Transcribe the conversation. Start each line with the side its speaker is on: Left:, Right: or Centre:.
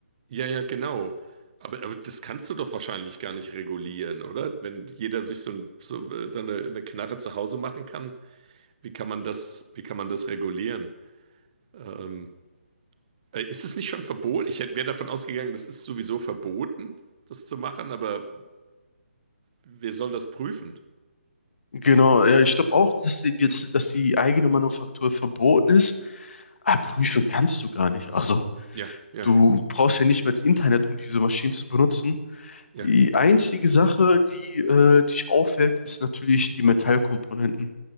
Right: Ja, ja, genau. Aber, aber das kannst du doch wahrscheinlich gar nicht regulieren, oder? Wenn jeder sich so, ein, so äh, dann eine, eine Knarre zu Hause machen kann, wie kann man das, wie kann man das regulieren? Ähm, äh, ist es nicht schon verboten? Ich wäre davon ausgegangen, das ist sowieso verboten, das zu machen, aber wer soll das prüfen?
Left: Genau, ja, ich glaube auch, dass die, dass, dass die eigene Manufaktur verboten ist. Aber prüfen kannst du gar nicht. Also,
Right: Ja, ja,
Left: du brauchst ja nicht mehr das Internet, um diese Maschinen zu benutzen.
Right: ja.
Left: Die einzige Sache, die äh, dich auffällt, ist natürlich die Metallkomponenten.